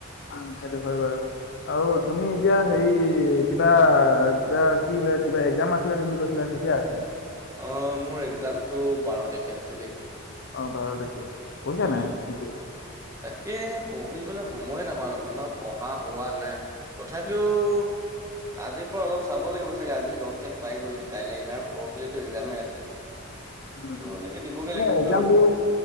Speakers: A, on the left; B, on the right.
A: অহ সেইটো বাৰু আৰু আৰু তুমি এতিয়া হেৰি কিবা কিবা কি ওলাই কিবা একজাম আছিলে বুলি কৈছিলা কেতিয়া আছে।
B: অহ মোৰ একজামটো বাৰ তাৰিখে আছে দেই।
A: অঁ', বাৰু থিকেই। পঢ়িছা
B: অ'।
A: নাই তুমি?
B: তাকে পঢ়িবলৈ সময়ে নাপাওঁ দেখোন, ইমান পঢ়া হোৱা নাই। তথাপিও- আজিৰ পৰা অলপ চাব লাগিব চাগে, আজি দ'হ তাৰিখ পাই গ'লহি কাইলৈ এঘাৰ পৰহিলেতো এক্জামে আছে।
A: উম,
B: চ' এনেকে দিবগে
A: নহয়
B: লাগিব
A: এক্জামটো-
B: আৰু